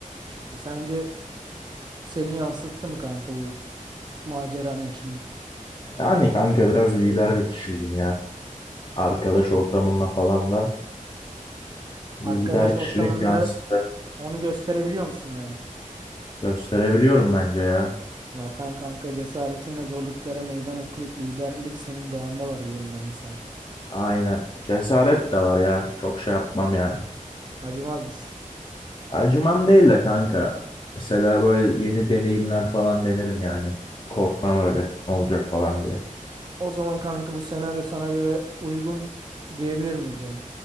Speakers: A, on the right; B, on the left.
A: çıktı. Sence Seni yansıttı mı kanka bu maceranın içinde?
B: Yani kanka biraz lider bir kişiyim ya. Arkadaş ortamında falan da
A: Arkadaş
B: lider kişilik
A: ortamında
B: yansıtı
A: onu gösterebiliyor musun yani?
B: gösterebiliyorum bence ya.
A: Zaten kanka cesaretinle zorluklara meydan okuyup liderlik senin doğanda var diyorum ben de sana.
B: Aynen. Cesaret de var ya. Çok şey yapmam yani.
A: Acımaz mısın?
B: Acımam değil de kanka. Mesela böyle yeni deneyimler falan denerim yani. Korkmam öyle. Ne olacak falan diye.
A: O zaman kanka bu senaryo sana göre uygun diyebilir miyiz yani?